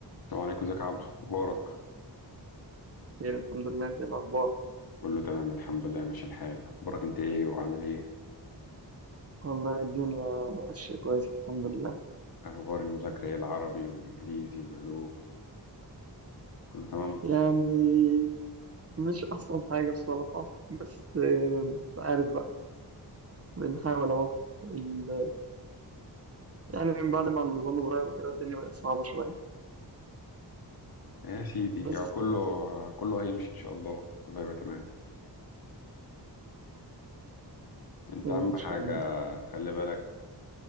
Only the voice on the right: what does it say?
خير الحمد لله انت ايه الاخبار
والله الدنيا ماشيه كويس الحمد لله
يعني مش احسن حاجه بصراحه بس آه، عارف بقى بنحاول اهو ال- يعني من بعد ما النظام اتغير وكده الدنيا بقت صعبه شويه
بس
آه،
خير
ان
شاء الله